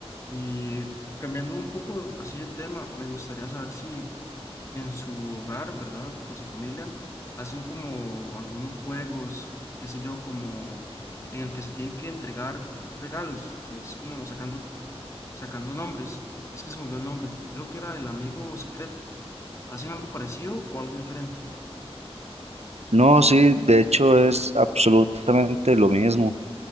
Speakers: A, on the left; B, on the right.
A: Y cambiando un poco así de tema, me gustaría saber si en su hogar, ¿verdad? En su familia, hacen como algunos juegos, qué sé yo, como en el que se tienen que entregar regalos, que es como sacando, sacando nombres. Es que se me olvidó el nombre. Creo que era el amigo secreto. ¿Hacen algo parecido o algo diferente?
B: No, sí, de hecho es absolutamente lo mismo.